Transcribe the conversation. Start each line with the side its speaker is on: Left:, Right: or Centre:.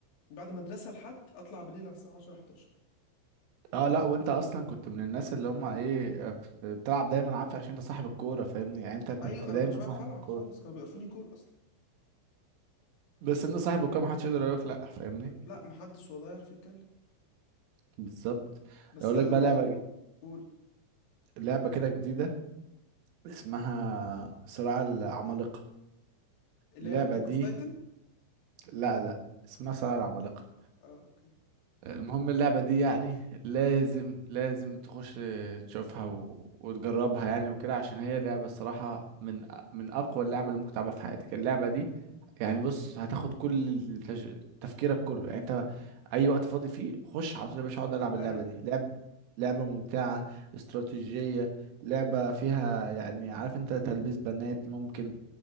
Left: من بعد المدرسه لحد اطلع بالليل على الساعه 10 11
Right: اه لا وانت اصلا كنت من الناس اللي هم ايه بت- بتلعب دايما عافية عشان انت صاحب الكورة فاهمني يعني انت كنت
Left: ايوه
Right: دايما
Left: انا كنتش بعرف
Right: صاحب
Left: العب
Right: الكورة
Left: خالص كانوا بيقفوني جول اصلا
Right: بس انت صاحب الكورة محدش يقدر يقولك لا فاهمني
Left: لا محدش والله يعرف يتكلم
Right: بالظبط
Left: بس
Right: اقول
Left: والله
Right: لك بقى لعبة ج-
Left: قول
Right: لعبة كده جديدة اسمها صراع العمالقة
Left: اللي
Right: اللعبة
Left: هي اتاك
Right: دي
Left: اوف تايتن
Right: لا لا اسمها صراع العمالقة
Left: اه اوكي
Right: المهم اللعبة دي يعني لازم لازم تخش تشوفها و... وتجربها يعني وكده عشان هي لعبة الصراحة من من أقوى اللعبة اللي ممكن تلعبها في حياتك اللعبة دي يعني بص هتاخد كل التج... تفكيرك كله يعني انت أي وقت فاضي فيه خش على طول يا باشا اقعد ألعب
Left: ايوه
Right: اللعبة دي لعبة لعبة ممتعة استراتيجية لعبة فيها يعني عارف انت تلبيس بنات ممكن